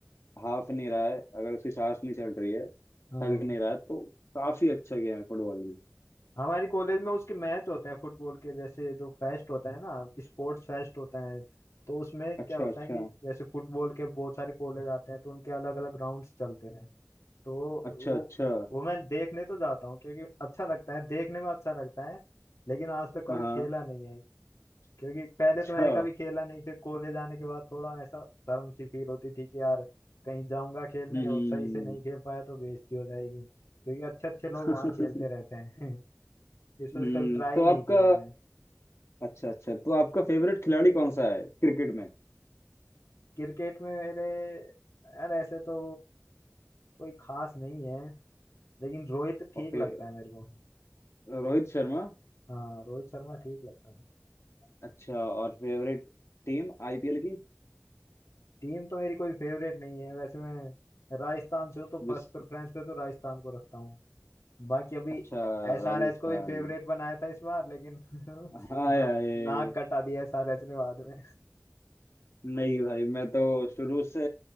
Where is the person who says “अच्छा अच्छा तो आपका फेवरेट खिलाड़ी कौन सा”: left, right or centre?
Left